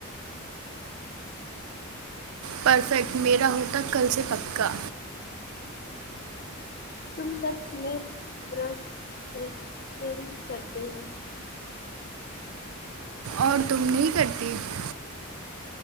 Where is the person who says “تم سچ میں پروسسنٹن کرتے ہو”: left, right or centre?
Left